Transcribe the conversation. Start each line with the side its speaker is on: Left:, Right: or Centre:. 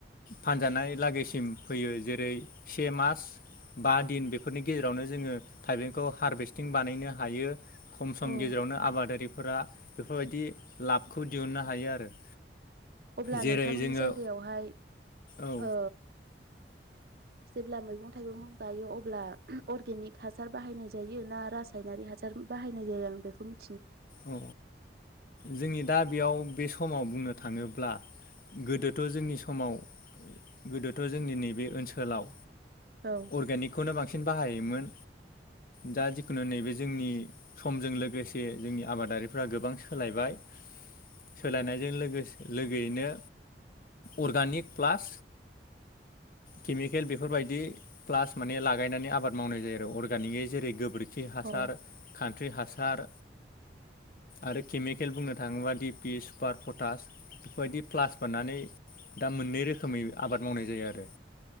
Left: फानजानाय लागैसिम फैयो जेरै से मास बा दिन बेफोरनि गेजेरावनो जोङो थाइबेंखौ हारभेस्टिं बानायनो हायो खम समनि
Right: औ
Left: गेजेरावनो आबादारि फोरा बेफोरबायदि लाबखौ दिहुनन्नो हायो आरो
Right: अब्ला
Left: जेरै
Right: नोंथांनि
Left: जोङो
Right: जायगायावहाय
Left: औ
Right: ओ जेब्ला मैगं थाइगं गायो अब्ला अर्गेनिक हासार बाहायनाय जायो ना रासायनारि हासार बाहायनाय जायो आं बेखौ मिथि
Left: औ जोंनि दा बेयाव बे सम समाव बुंनो थाङोब्ला गोदोथ' जोंनि समाव गोदोथ' जोंनि नैबे ओनसोलाव
Right: औ
Left: अर्गेनिकखौनो बांसिन बाहायोमोन दा जिखुनु नैबे जोंनि समजों लोगोसे जोंनि आबादारिफ्रा गोबां सोलायबाय सोलायनायजों लोगोसे लोग-लोगोयैनो अर्गानिक प्लास केमिकेल बेफोरबायदि प्लास माने लागायनानै आबाद मावनाय जायो आरो अर्गानिकै जेरै गोबोरखि खि हासार
Right: अ
Left: खान थ्रि हासार आरो केमिकेल बुंनो थाङोबा डिपि सुपार पटास बेफोरबायदि प्लास बारनानै दा मोननै रोखोमै आबाद मावनाय जायो आरो